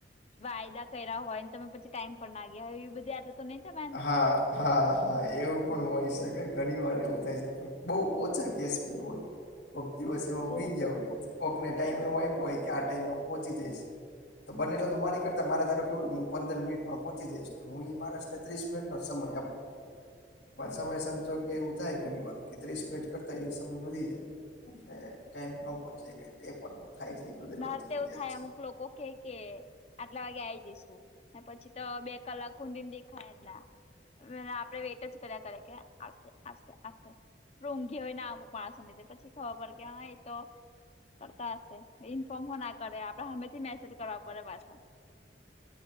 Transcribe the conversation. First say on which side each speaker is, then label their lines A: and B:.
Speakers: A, on the left (about 40°); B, on the left (about 80°).
A: વાયદા કર્યા હોય તમે પછી ટાઈમ પર ના ગ્યા હોય એવી બધી આદત તો નહી તમારી અંદર
B: હા હા હા એવું પણ હોય શકે ઘણી વાર એવું થાય છે પણ બહુ ઓછા કેસ માં એવું હોય
A: <inaudible>
B: કોક દિવસ એવા
A: ઓહો
B: ભી ગયા હોય કોકને ટાઈમ એવો આપ્યો હોય કે આ ટાઈમ હું પહોંચી જઈશ તો બને એટલે તો મારી કરતા મારે ધારો કેવું હું પંદર મિનટમાં પહોચી જઈશ તો હું એ માણસ ને ત્રીસ મિનિટ નો સમય આપું પણ સમય સંજોગે એવું થાય ઘણી વાર કે ત્રીસ મિનિટ કરતા એ સમય વધી જાય એટલે ટાઈમ પર નો પહોંચી શકાય તો એ પણ થાય છે. બદલવાની
A: મારે
B: જરૂરિયાત
A: તો એવું થાય
B: છે
A: અમુક લોકો કે કે આટલા વાગે આઈ જઈશું ને પછી તો બે કલાક હુધીન દેખાયા જ ના વેલા આવશે વેઇટ જ કર્યા કરે કે આવશે આવશે આવશે <unintelligible> હોય ને અમુક માણસો ને લીધે પછી ખબર પડે કે હ એ તો ફરતા હશે. ઇન્ફોર્મ હો ના કરે આપડે હામે થી મેસેજ કરવા પડે પાછો